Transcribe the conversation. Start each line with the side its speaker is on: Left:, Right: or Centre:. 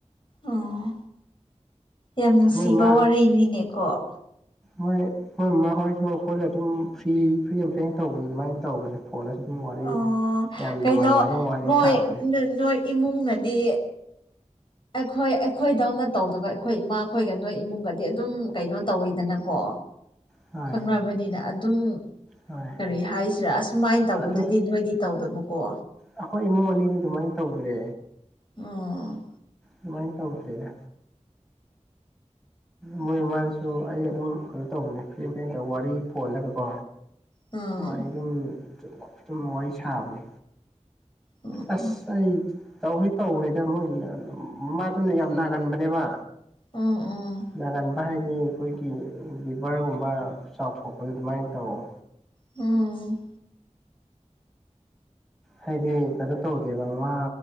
Left: ꯑꯣ ꯌꯥꯝ ꯅꯨꯡꯁꯤꯕ
Centre: ꯃꯣꯏ ꯃꯥ
Left: ꯋꯥꯔꯤꯅꯤꯅꯦꯀꯣ
Centre: ꯃꯣꯏ ꯃꯣꯏ ꯃꯥ ꯍꯣꯏꯁꯨ ꯑꯩꯈꯣꯏꯗ ꯑꯗꯨꯝ ꯐ꯭ꯔꯤ ꯐ꯭ꯔꯤ ꯑꯦꯝ ꯐꯦꯡ ꯇꯧꯕ ꯑꯗꯨꯃꯥꯏꯅ ꯇꯧꯕꯅꯦ ꯐꯣꯟꯁꯨ ꯑꯗꯨꯝ ꯋꯥꯔꯤ
Left: ꯑꯣ
Centre: ꯌꯥꯝ
Left: ꯀꯩꯅꯣ
Centre: ꯅꯨꯡꯉꯥꯏ ꯅꯨꯡꯉꯥꯏ ꯑꯗꯨꯝ ꯋꯥꯔꯤ
Left: ꯅꯣꯏ
Centre: ꯁꯥꯕꯅꯦ
Left: ꯅꯣꯏ ꯏꯃꯨꯡꯅꯗꯤ ꯑꯩꯈꯣꯏ ꯑꯩꯈꯣꯏꯗꯧꯅ ꯇꯧꯗꯕ ꯑꯩꯈꯣꯏ ꯏꯃꯥꯈꯣꯏꯒ ꯅꯣꯏ ꯏꯃꯨꯡꯒꯗꯤ ꯑꯗꯨꯝ ꯀꯩꯅꯣ ꯇꯧꯋꯤꯗꯅꯀꯣ
Centre: ꯍꯣꯏ
Left: ꯈꯪꯅꯕꯅꯤꯅ ꯑꯗꯨꯝ
Centre: ꯍꯣꯏ
Left: ꯀꯔꯤ ꯍꯥꯏꯁꯤꯔꯥ ꯑꯁꯨꯃꯥꯏꯅ ꯇꯧꯕꯗꯨꯗꯤ
Centre: ꯑꯗꯣ
Left: ꯅꯣꯏꯗꯤ ꯇꯧꯗꯕꯀꯣ
Centre: ꯑꯩꯈꯣꯏ ꯏꯃꯨꯡ ꯑꯅꯤꯗꯤ ꯑꯗꯨꯃꯥꯏꯅ ꯇꯧꯗ꯭ꯔꯦ
Left: ꯑꯣ
Centre: ꯁꯨꯃꯥꯏꯅ ꯇꯧꯗ꯭ꯔꯦꯗ
Left: ꯎꯝ
Centre: ꯃꯣꯏꯃꯥꯅꯁꯨ ꯑꯩ ꯑꯗꯨꯝ ꯀꯩꯅꯣ ꯇꯧꯕꯅꯦ ꯐꯤ ꯐꯦꯡꯇ ꯋꯥꯔꯤ ꯐꯣꯜꯂꯒ ꯀꯣ
Left: ꯎꯝ
Centre: ꯋꯥꯔꯤ ꯑꯗꯨꯝ ꯑꯗꯨꯝ ꯋꯥꯔꯤ ꯁꯥꯕꯅꯦ
Left: ꯎꯝ
Centre: ꯑꯁ ꯑꯩ ꯇꯧꯁꯤ ꯇꯧꯈ꯭ꯔꯦꯗ ꯃꯣꯏ ꯃꯃꯥꯗꯨꯅ ꯌꯥꯝ ꯅꯥꯒꯟꯕꯅꯦꯕ
Left: ꯎꯝ ꯎꯝ
Centre: ꯅꯥꯒꯟꯕ ꯍꯥꯏꯗꯤ ꯑꯩꯈꯣꯏꯒꯤ ꯕꯤꯚ꯭ꯔꯒꯨꯝꯕ ꯆꯥꯎꯊꯣꯛꯄꯗ ꯑꯗꯨꯃꯥꯏꯅ ꯇꯧꯋꯦ
Left: ꯎꯝ
Centre: ꯍꯥꯏꯗꯤ ꯀꯩꯅꯣ ꯇꯧꯗꯦꯕ ꯃꯥ